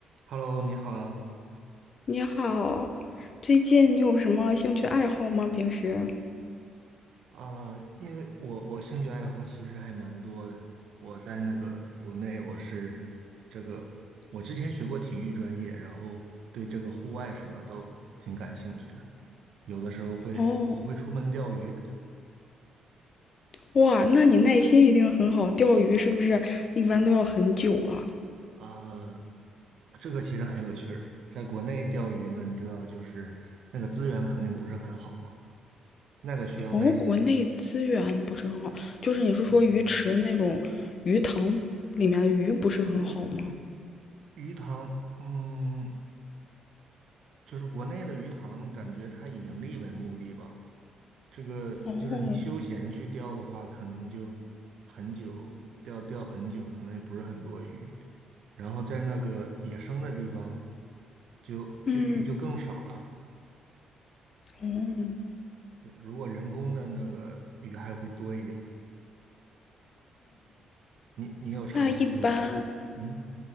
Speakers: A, on the right; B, on the left.
A: Hello，你好啊，
B: 你好，最近你有什么兴趣爱好吗？平时？
A: 啊、因为我我兴趣爱好其实还蛮多的。我在那个国内，我是这个，我之前学过体育专业，然后对这个户外什么都挺感兴趣的。有的时候会我我会出门钓鱼，
B: 哦，哇，那你耐心一定很好，钓鱼是不是一般都要很久啊？
A: 呃，这个其实很有趣儿。在国内钓鱼呢，你知道就是那个资源肯定不是很好嘛，那个需要耐心的。
B: 哦，国内资源不是很好，就是你是说鱼池那种鱼塘里面的鱼不是很好吗？
A: 嗯嗯，鱼塘，嗯。就是国内的鱼塘，感觉它以盈利为目的吧。这个就是你休闲去钓的话，
B: 哦，
A: 可能就很久，钓钓很久，可能也不是很多鱼。然后在那个野生的地方，就就鱼就更少了。
B: 嗯，哦，
A: 对，如果人工的那个鱼还会多一点。你你有尝试过吗？
B: 那一般
A: 嗯